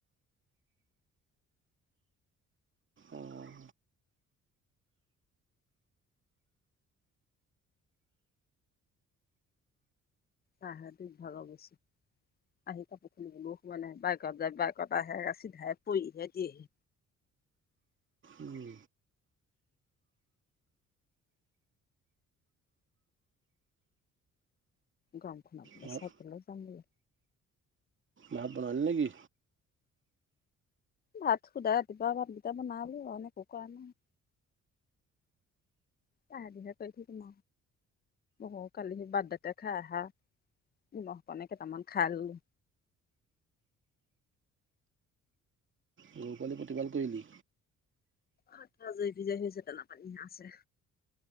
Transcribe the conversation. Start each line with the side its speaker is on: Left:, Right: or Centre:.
Right: অঁ
Left: তে দুখ ভাগৰ গৈছি আহি কাপোৰ খুন্দিবলৈও সোৱা নাই বাইকত যায় বাইকত আহে চিধাই পৰিহে দিয়েহি
Right: উম,
Left: গৰমখনত
Right: ভাত
Left: চাইকেলও যাম লই
Right: ভাত বনালি নেকি
Left: ভাত সুধা ৰাতিপুৱা ভাতকেইটা বনালো আৰুনে একো কৰা নাই কাহে দিহে কৰি থোম ব কালি সি বাৰ্থডেতে খাই আহা নিমখ কাৰণে কেইটামান খাই ললো
Right: গৰু পোৱালি প্ৰতিপাল কৰিলি
Left: অ জয়ী বিজয়ী হৈছে দানাপানী হ আছে